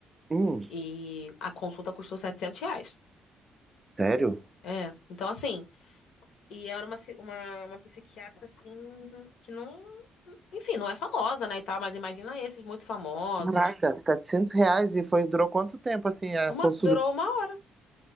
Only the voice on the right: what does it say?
hum,
sério?
Caraca, 700 reais e foi, durou quanto tempo assim a
consulta?